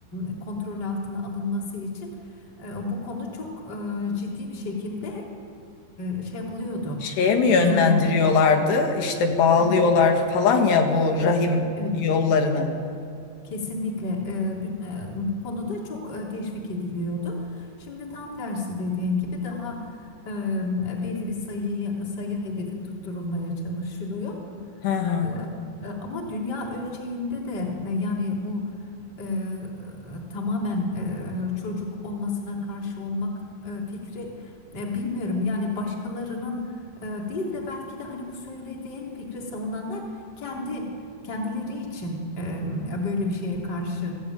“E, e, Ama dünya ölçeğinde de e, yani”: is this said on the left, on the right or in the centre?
Left